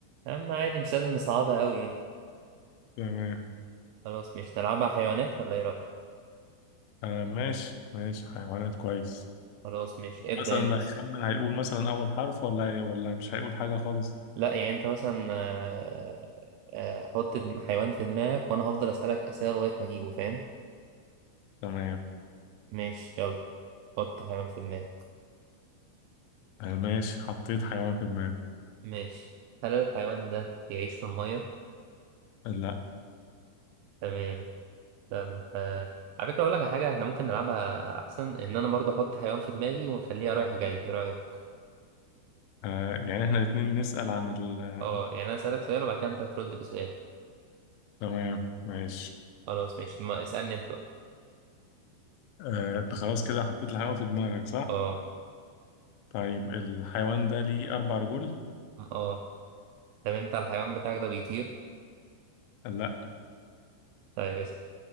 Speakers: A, on the right (about 85°); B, on the left (about 85°).
A: اما عادي مش لازم نصعبها قوي يعني
B: تمام
A: خلاص مش نلعبها حيوانات ولا ايه رايك
B: آه ماشي ماشي حيوانات كويس
A: خلاص مش ابدا
B: مثلا
A: انت
B: اللي هيخمن هيقول مثلا اول حرف ولا هي ولا مش هيقول حاجة خالص
A: لا يعني انت مثلا آه، آه، حط حيوان في دماغك وانا هفضل اسالك اسئله لغايه ما اجيبه فاهم
B: تمام
A: ماشي يلا حط حيوان في دماغك
B: آه ماشي حطيت حيوان في دماغي
A: ماشي هل الحيوان ده بيعيش في الميه
B: لا
A: تمام طب آه، على فكرة أقول لك على حاجة إحنا ممكن نلعبها أحسن إن أنا برضه أحط حيوان في دماغي ونخليها رايح جاي إيه رأيك؟
B: آه يعني احنا الاتنين نسأل عن ال آه،
A: أه يعني أنا أسألك سؤال وبعد كده أنت هترد بسؤال
B: تمام ماشي
A: خلاص ماشي ما اسألني أنت بقى
B: آه انت خلاص كده حطيت الحيوان في دماغك صح؟
A: أه
B: طيب الحيوان ده ليه أربع رجول؟
A: أه طب أنت الحيوان بتاعك ده بيطير؟
B: لا
A: طيب اسأل